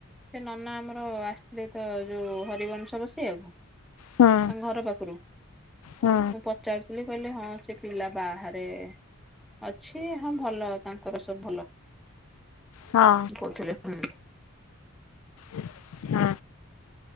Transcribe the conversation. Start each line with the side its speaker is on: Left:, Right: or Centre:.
Centre: ସେ ନନା ଆମର ଆସିଥିଲେ ତ ଯୋଉ ହରିବଂଶ ବସେଇିବାକୁ ତାଙ୍କ
Left: ହୁଁ
Centre: ଘର ପାଖରୁ।
Left: ହୁଁ
Centre: ମୁଁ ପଚାରୁଥିଲି କହିଲେ ହଁ ସେ ପିଲା ବାହା ଏ ଅଛି ହଁ ଭଲ ତାଙ୍କର ସବୁ ଭଲ।
Left: ହଁ।
Centre: କହୁଥିଲେ ହୁଁ
Left: ହୁଁ।